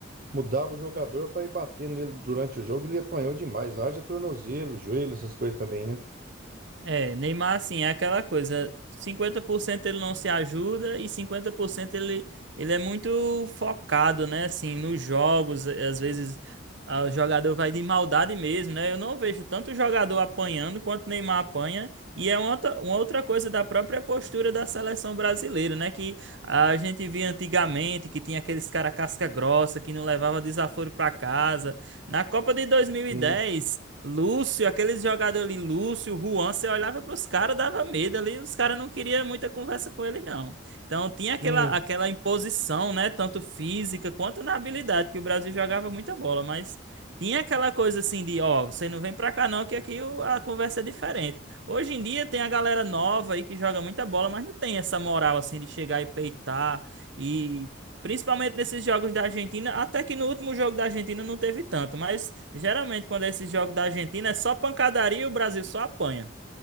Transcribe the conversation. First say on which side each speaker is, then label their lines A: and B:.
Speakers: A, on the right (about 45°); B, on the right (about 65°).
A: mudava o jogador pra ir bater nele durante o jogo. Ele apanhou demais. Haja tornozelo, joelho, essas coisas também, né?
B: É, Neymar, assim, é aquela coisa, Cinquenta por cento ele não se ajuda e 50% ele, ele é muito focado, né, assim, nos jogos, é, às vezes ah, o jogador vai de maldade mesmo, né, eu não vejo tanto jogador apanhando quanto Neymar apanha, e é uma outra, uma outra coisa da própria postura da seleção brasileira, né, que a gente via antigamente, que tinha aqueles cara casca grossa, que não levava desaforo pra casa, na Copa de 2010...
A: Sim,
B: Lúcio, aqueles jogadores ali, Lúcio, Juan, você olhava para os caras, dava medo ali, os caras não queriam muita conversa com ele, não. Então tinha
A: sim,
B: aquela, aquela imposição, né? Tanto física quanto na habilidade, que o Brasil jogava muita bola, mas tinha aquela coisa assim de, ó, você não vem para cá não, que aqui o- a conversa é diferente. Hoje em dia tem a galera nova aí que joga muita bola, mas não tem essa moral assim de chegar e peitar e Principalmente nesses jogos da Argentina, até que no último jogo da Argentina não teve tanto, mas geralmente quando é esses jogos da Argentina é só pancadaria e o Brasil só apanha.